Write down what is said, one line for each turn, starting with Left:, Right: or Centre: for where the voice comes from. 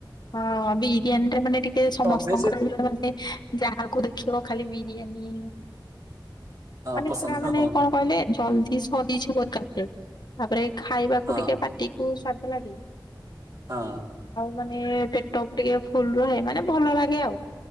Left: ହଁ ବିରିୟାନୀ ଟା ମାନେ ଟିକେ ସମସ୍ତଙ୍କର
Right: ନନଭେଜ
Left: ମାନେ ଯାହାକୁ ଦେଖି କେଉ ଖାଲି ବିରିୟାନୀ?
Right: ହଁ
Left: ମାନେ
Right: ପସନ୍ଦ
Left: ସେଟା ମାନେ
Right: ହଁ
Left: କଣ କହିଲେ ଜଲଦି ସରିଯିବ ତାରେ ତାପରେ ଖାଇବାକୁ
Right: ହଁ
Left: ଟିକେ ପାଟି କୁ ସ୍ଵାଦ ଲାଗେନି।
Right: ହଁ।
Left: ମାନେ ପେଟକୁ ଟିକେ ଫୁଲ ରହେ ମାନେ ଭଲ ଲାଗେ ଆଉ।